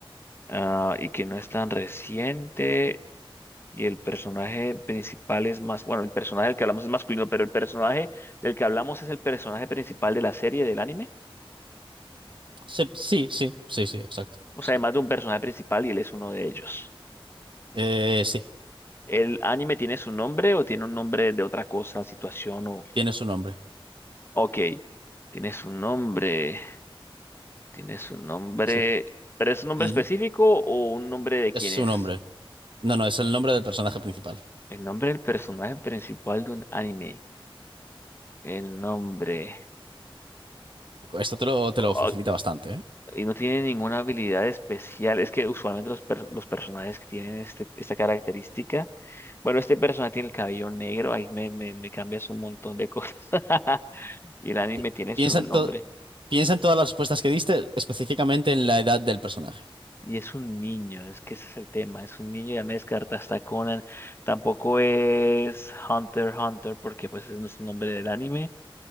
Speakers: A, on the left (about 25°); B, on the right (about 60°).
A: ah, y que no es tan reciente. Y el personaje principal es más, bueno, el personaje del que hablamos es masculino, pero el personaje del que hablamos es el personaje principal de la serie, del anime.
B: Sí, sí, sí, sí, sí, exacto.
A: O
B: Sí.
A: sea, además de un personaje principal y él es uno de ellos.
B: Eh, sí.
A: ¿El anime tiene su nombre o tiene un nombre de otra cosa, situación o...
B: Tiene su nombre.
A: Ok, tiene su nombre, tiene su nombre,
B: Sí.
A: pero ¿es un nombre
B: Ujú.
A: específico o un nombre de quién
B: Es su
A: es?
B: nombre. No, no, es el nombre del personaje principal.
A: El nombre del personaje principal de un anime. El nombre.
B: Esto te lo, te
A: oh,
B: lo facilita bastante, ¿eh?
A: Y no tiene ninguna habilidad especial. Es que usualmente los, per- los personajes que tienen este, esta característica. Bueno, este personaje tiene el cabello negro. Ahí me, me, me cambias un montón de cosas. <laughs> Y el anime
B: Pi-
A: tiene
B: Piensa
A: su nombre.
B: en todo. Piensa en todas las respuestas que diste, específicamente en la edad del personaje.
A: Y es un niño. Es que ese es el tema. Es un niño. Ya me descartaste a Conan. Tampoco es Hunter x Hunter porque pues ese no es el nombre del anime.